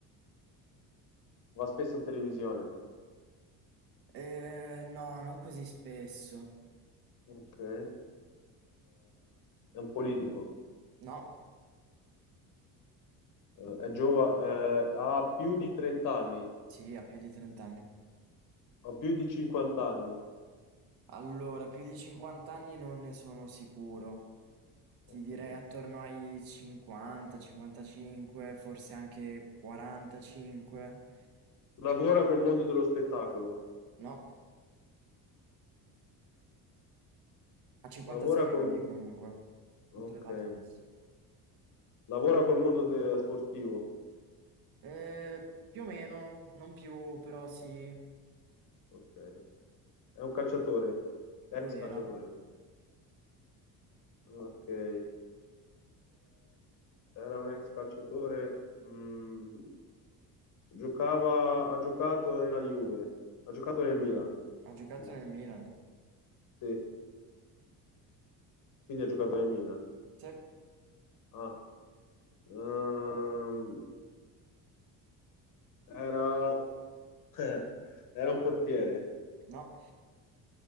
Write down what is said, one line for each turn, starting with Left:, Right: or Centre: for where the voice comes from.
Left: va spesso in televisione.
Right: Eh, no, non così spesso.
Left: Ok. Eh, è un politico.
Right: No?
Left: Eh, è giovane. ha più di 30 anni.
Right: Sì, ha più di 30 anni.
Left: Ha più di 50 anni.
Right: Allora, più di 50 anni non ne sono sicuro. Ti
Left: Ok.
Right: direi attorno ai 50, 55, forse anche 45.
Left: Lavora col mondo dello spettacolo.
Right: No, ha 56
Left: Lavora col,
Right: anni
Left: mo-
Right: comunque.
Left: ok.
Right: Controllato adesso.
Left: Lavora col mondo de- sportivo.
Right: Eh, più o meno, non più, però sì,
Left: Ok. È un calciatore. Ex
Right: lo era.
Left: calciatore. Ok. Eh, era un ex calciatore. mm, giocava, ha giocato nella Juve. Ha giocato nel Milan.
Right: Ha giocato
Left: Scusa.
Right: nel Milan.
Left: Sì, quindi ha giocato nel Milan.
Right: Sì,
Left: Ah, ehm, era, <laughs> era un portiere.
Right: no,